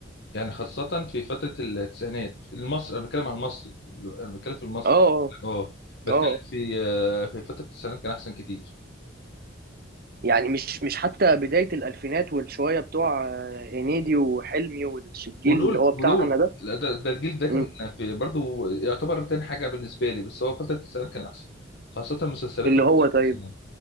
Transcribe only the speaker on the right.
اه اه
آه.
يعني مش مش حتى بدايه الالفينات والشويه بتوع آه، هنيدي وحلمي والجيل
اللي هو
بتاعنا ده
مم.
اللي
هو طيب